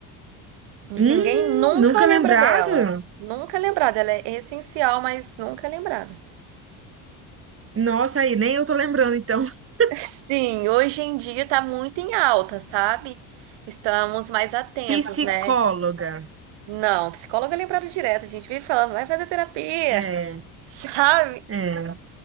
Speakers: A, on the right; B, on the right.
A: Ninguém
B: Hum,
A: nunca
B: nunca
A: lembra
B: lembrado?
A: dela. Nunca é lembrada. Ela é essencial, mas nunca é lembrada.
B: Nossa, aí, nem eu tô lembrando, então. <laughs>
A: <laughs> Sim, hoje em dia tá muito em alta, sabe? Estamos mais atentos,
B: Psicóloga.
A: né? Não, psicóloga é lembrada direto. A gente vive falando, vai fazer terapia,
B: É,
A: <laughs> sabe?
B: é.